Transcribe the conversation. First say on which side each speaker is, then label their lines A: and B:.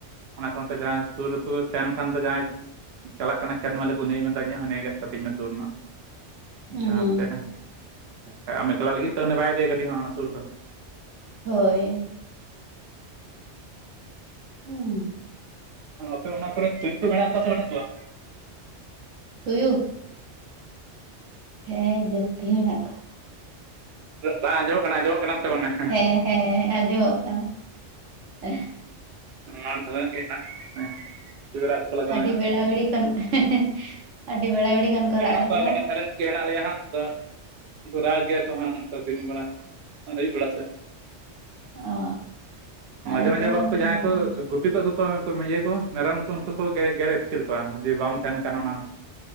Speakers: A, on the right; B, on the right.
A: ᱚᱱᱟ ᱠᱟᱨᱚᱱᱛᱮ ᱡᱟᱦᱟᱸᱭ ᱥᱩᱨ ᱨᱮᱠᱚ ᱛᱟᱦᱮᱱ ᱠᱷᱟᱱ ᱫᱚ ᱡᱟᱦᱟᱸᱭ <unintelligible> ᱪᱟᱞᱟᱜ ᱠᱟᱱᱟ ᱠᱷᱮᱛ ᱢᱟᱹᱞᱤᱠ ᱩᱱᱤᱭ ᱢᱮᱱᱫᱟ ᱤᱧᱟᱹᱜ ᱦᱚᱸ ᱱᱮᱭ ᱜᱮᱫ ᱠᱟᱹᱛᱤᱧ ᱢᱮ ᱥᱩᱨ ᱨᱮᱱᱟᱜ᱾ <inaudible> ᱚᱱᱠᱟ
B: ᱦᱩᱸ
A: ᱵᱷᱟᱵᱛᱮ ᱜᱟ ᱢᱮᱠᱞᱟ ᱞᱟᱹᱜᱤᱫ ᱛᱮ ᱩᱱᱤ ᱵᱟᱭ ᱤᱫᱮᱤᱭᱟ ᱠᱟᱹᱴᱤᱡ ᱦᱚᱸ ᱚᱱᱟ ᱥᱩᱨ ᱫᱚ
B: ᱦᱳᱭ᱾ ᱦᱩᱸ᱾
A: ᱟᱸ ᱟᱯᱮ ᱚᱱᱟ ᱠᱚᱨᱮ ᱛᱩᱭᱩ ᱠᱚ ᱢᱮᱱᱟᱜ ᱠᱚᱣᱟ ᱥᱮ ᱵᱟᱹᱱᱩᱜ ᱠᱚᱣᱟ?
B: ᱛᱩᱭᱩ? ᱦᱮᱸ ᱡᱟᱹᱥᱛᱤ ᱦᱮᱸᱱᱟᱜ ᱠᱚᱣᱟ᱾
A: ᱨᱟᱜ ᱟᱡᱸᱡᱚᱢᱚᱜ ᱠᱟᱱᱟ ᱟᱡᱸᱡᱚᱢᱚᱜ ᱠᱟᱱᱟ ᱥᱮ ᱵᱟᱝᱟ!
B: ᱦᱮᱸ ᱦᱮᱸ ᱟᱸᱡᱚᱢᱚᱜ ᱠᱟᱱᱟ ᱾ <unintelligible>
A: ᱢᱟᱴ ᱫᱷᱟᱨᱮ ᱧᱚᱜ ᱜᱮᱭᱟ ᱦᱟᱸᱜ ᱛᱩᱭᱩ ᱨᱟᱜ ᱠᱚ ᱞᱟᱜᱟᱣ
B: ᱟᱹᱰᱤ
A: ᱮᱱᱟ
B: ᱵᱮᱲᱟ ᱵᱮᱲᱤ ᱠᱷᱚᱱ <unintelligible> ᱟᱹᱰᱤ ᱵᱮᱲᱟ ᱵᱮᱲᱤ
A: ᱟᱹᱰᱤ
B: ᱠᱷᱚᱱ
A: ᱡᱟᱹᱥᱛᱤ
B: ᱠᱚ
A: ᱢᱮᱱᱟᱜᱮᱱᱟᱜ
B: ᱨᱟᱜ
A: ᱠᱚᱣᱟ
B: ᱮᱫᱟ ᱛᱚ
A: ᱜᱟᱰᱟ ᱫᱷᱟᱨᱮ ᱧᱚᱜ ᱜᱮ ᱦᱮᱱᱟᱜ ᱞᱮᱭᱟ ᱦᱟᱸᱜ ᱟᱫᱚ ᱠᱩ ᱨᱟᱜ ᱜᱮᱭᱟ ᱠᱚ ᱦᱟᱸᱜ ᱱᱚᱝᱠᱟ ᱫᱤᱱ ᱵᱮᱲᱟ ᱟᱹᱭᱩᱵ ᱵᱮᱲᱟ ᱥᱮᱫ ᱾
B: ᱚ
A: ᱢᱟᱡᱷᱮ
B: ᱟᱞᱮ
A: ᱢᱟᱡᱷᱮ
B: ᱥᱮᱫ
A: ᱵᱟᱝᱠᱚ
B: ᱦᱚᱸ ᱱᱚᱛᱮ
A: ᱡᱟᱦᱟᱸᱭ
B: ᱜᱮ
A: ᱠᱚ ᱜᱩᱯᱤ ᱠᱚ ᱟᱜᱩ ᱠᱚᱣᱟ ᱩᱱᱠᱩ ᱤᱭᱟᱹ ᱠᱚ ᱢᱮᱨᱚᱢ ᱠᱚ ᱩᱱᱠᱩ ᱠᱚ ᱜᱮ ᱜᱮᱨ ᱟᱹᱛᱠᱤᱨ ᱠᱚᱣᱟ ᱡᱩᱫᱤ ᱵᱟᱢ ᱛᱟᱦᱮᱱ ᱠᱷᱟᱱ ᱚᱱᱟ